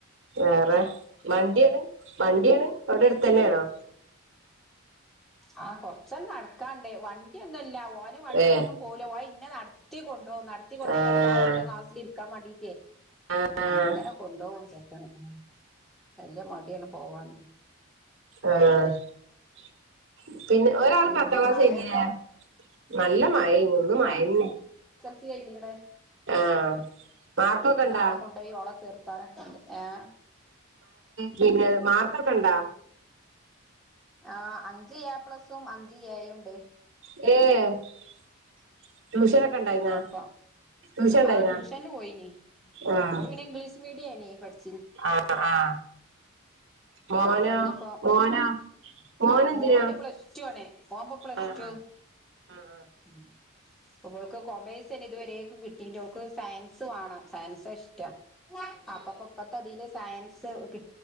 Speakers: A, on the right; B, in the centre.
A: വേറെ വണ്ടിയാണ് വണ്ടിയാണ് അവിടെ അടുത്തന്നെണോ?
B: ആഹ കൊറച്ചങ് നടക്കാണ്ടേ വണ്ടി ഒന്നുംല്ല ഓൻ വണ്ടീയിലൊന്നും
A: ഏ
B: പോല ഓൻ ഇന്നെ നടത്തികൊണ്ട് ഓ നടത്തികൊണ്ടേയ്ങ്ങാണ്ട്
A: ആഹ്
B: ഞൻ ഓന്റെ ക്ലാസിൽ ഇരിക്കാൻ വാണ്ടി.
A: ആഹ്
B: അങ്ങനെ കൊണ്ടുപോകും പെക്കണം നല്ല മടിണ്. പോവാൻ.
A: ആഹ <inaudible> പിന്നെ ഒരാൾ
B: പിന്നെ
A: പത്താം ക്ലാസ്
B: മഴണ്ടോ
A: ഏയ്ഞ്ഞിലെ നല്ല മഴ ന്ന് മഴന്നെ.
B: ടെ
A: ആഹ് മാർക്കൊക്കെ ഇണ്ടാ
B: നാളെ കൊണ്ടോയി ഓള ചേർത്താനക്കെ ണ്ട്.
A: പിന്നെ മാർക്കൊക്കെണ്ടാ.
B: ആ അഞ്ച് എ പ്ലസും അഞ്ച് എയും ഉണ്ട്.
A: ഏ. ട്യൂഷനൊക്കെ ഇണ്ടായിനാ
B: അപ്പ
A: ട്യൂഷൻ ഇണ്ടായിനാ
B: ആ ട്യൂഷനിൽ പോയിനി
A: ആഹ്
B: ഓൾ പിന്നെ ഇംഗ്ലീഷ് മീ ട്ട <inaudible>
A: ആഹ് ആഹ് മോനോ
B: അപ്പൊഞ്ഞിപ്പോ
A: മോനോ മോനെന്തിനാ
B: മോനെ പ്ലസ് ട്ടു ആണേ മോപ്പൊ പ്ലസ്
A: ആഹ്
B: ട്ടു.
A: ആഹ് ആഹ് ആഹ്
B: ഉം ഇവൾക്ക് കൊമേഴ്സ് തന്നെ ഇതുവരെയൊക്കെ കിട്ടീ് അവൾക്ക് സയൻസ് വ കാണാം സയൻസ് ഇഷ്ടം അപ്പൊപ്പൊ പ്പത്ത തില് സയൻസ് കി